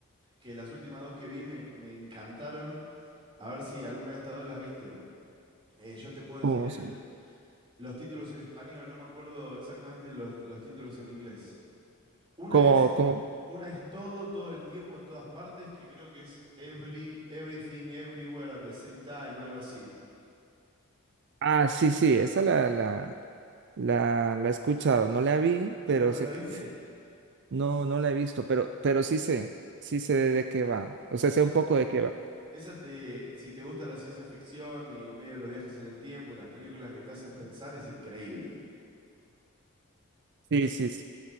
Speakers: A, on the right (about 25°); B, on the right (about 55°).
A: que las últimas dos que vi me, me encantaron. A ver si alguna de estas dos las viste. Eh, yo te puedo decir
B: ¿Cómo?
A: el,
B: se-
A: los títulos en español, no me acuerdo exactamente los, los títulos en inglés. Una
B: Como,
A: es
B: como...
A: Una es todo, todo el tiempo, en todas partes, que creo que es every, everything, everywhere at the same time, algo así.
B: Ah, sí, sí, esa la, la... La, la he escuchado, no la vi,
A: Uh,
B: pero
A: ¿no
B: sé,
A: la viste?
B: que- no, no la he visto, pero, pero sí sé, sí sé de qué va. O sea,
A: Esa,
B: sé un poco de qué va.
A: esa te, si te gusta la ciencia ficción y medio los viajes en el tiempo y las películas que te hacen pensar, es increíble.
B: Sí, sí, sí,